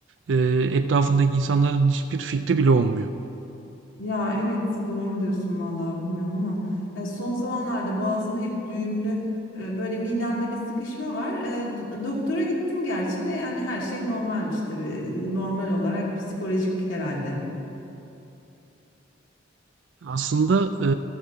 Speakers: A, on the right (about 75°); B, on the left (about 85°).
A: e, etrafındaki insanların hiçbir fikri bile olmuyor.
B: Ya evet doğru diyorsun vallahi bilmiyorum ama ya son zamanlarda boğazım hep düğümlü e, böyle midemde bir sıkışma var. E, d- doktora gittim gerçi de yani her şey normalmiş tabii. Normal olarak psikolojik herhalde.
A: Aslında e,